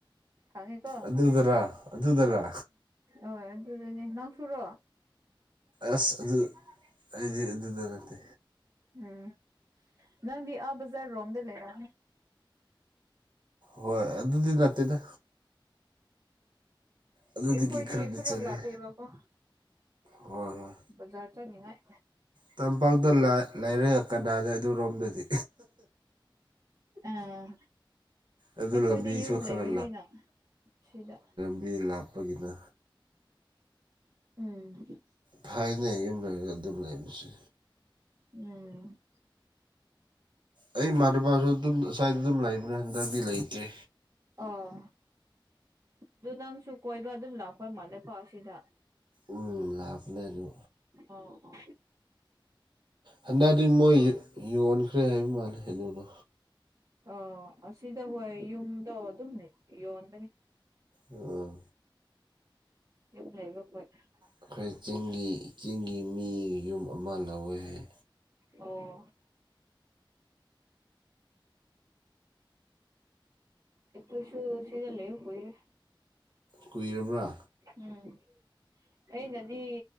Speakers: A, on the right; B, on the right.
A: ꯈꯪꯉꯤꯀꯣ
B: ꯑꯗꯨꯗꯔ ꯑꯗꯨꯗꯔꯥ
A: ꯑꫭꯏ ꯑꯗꯨꯗꯅꯦ ꯅꯪꯁꯨꯔꯣ
B: ꯑꯁ ꯑꯗꯨ ꯑꯩꯗꯤ ꯑꯗꯨꯗ ꯅꯠꯇꯦ
A: ꯎꯝ ꯅꯪꯗꯤ ꯑꯥ ꯕꯖꯔ ꯔꯣꯝꯗ ꯂꯩꯔꯝꯅꯤ
B: ꯍꯣꯏ ꯑꯗꯨꯗꯤ ꯅꯠꯇꯦꯗ ꯑꯗꯨꯗꯒꯤ
A: ꯑꯦꯈꯣꯏꯗꯤ
B: ꯈꯔꯗꯤ
A: ꯈꯔ
B: ꯆꯠꯂꯦ
A: ꯂꯥꯞꯄꯦ ꯕꯥ ꯀꯣ
B: ꯍꯣꯏ ꯍꯣꯏ
A: ꯕꯖꯥꯔ ꯆꯠꯅꯤꯡꯉꯥꯏ
B: ꯇꯝꯄꯥꯛꯇ ꯂꯥ ꯂꯩꯔꯒ ꯀꯅꯥꯗ ꯑꯗꯨꯔꯣꯝꯗꯗꯤ
A: ꯑꯥ
B: ꯑꯗꯨ
A: ꯑꯩꯈꯣꯏꯗꯤ
B: ꯂꯝꯕꯤꯁꯨ
A: ꯌꯨꯝ
B: ꯈꯔ
A: ꯂꯩꯕꯅꯤꯅ ꯁꯤꯗ
B: ꯃꯤ ꯂꯥꯛꯄꯒꯤꯅ
A: ꯎꯝ
B: ꯐꯅ ꯌꯨꯝ ꯂꯩꯔꯒ ꯑꯗꯨꯝ ꯂꯩꯕꯁꯦ
A: ꯎꯝ
B: ꯑꯩ ꯏꯃꯥꯅꯕꯥꯁꯨ ꯑꯗꯨꯝ ꯑꯁ꯭ꯋꯥꯏꯗ ꯑꯗꯨꯝ ꯂꯩꯕꯅꯦ ꯍꯟꯗꯛꯗꯤ ꯂꯩꯇ꯭ꯔꯦ
A: ꯑꯣ ꯑꯗꯨ ꯅꯪꯁꯨ ꯀꯣꯏꯕ ꯑꯗꯨꯝ ꯂꯥꯛꯄ ꯃꯥꯜꯂꯦꯀꯣ ꯑꯁꯤꯗ
B: ꯎꯝ ꯂꯥꯛꯄꯅꯦ ꯑꯗꯨ
A: ꯑꯣ ꯑꯣ
B: ꯍꯟꯗꯛꯇꯤ ꯃꯣꯏ ꯌꯟꯈ꯭ꯔꯦ ꯍꯥꯏꯕ ꯃꯥꯜꯂꯦ ꯑꯗꯨꯗꯣ꯫
A: ꯑ ꯑꯁꯤꯗ ꯍꯣꯏ ꯌꯨꯝꯗꯣ ꯑꯗꯨꯝ ꯌꯣꯟꯕꯅꯤ꯫
B: ꯑ꯫
A: <unintelligible>
B: ꯑꯩꯈꯣꯏ ꯆꯤꯡꯒꯤ ꯆꯤꯡꯒꯤ ꯃꯤ ꯌꯨꯝ ꯑꯃ ꯂꯧꯋꯦ ꯍꯥꯏ
A: ꯑꯣ꯫ ꯑꯩꯈꯣꯏꯁꯨ ꯁꯤꯗ ꯂꯩꯕ ꯀꯏꯔꯦ꯫
B: ꯀꯨꯏꯔꯕ꯭ꯔꯥ꯫
A: ꯎꯝ ꯑꯩꯅꯗꯤ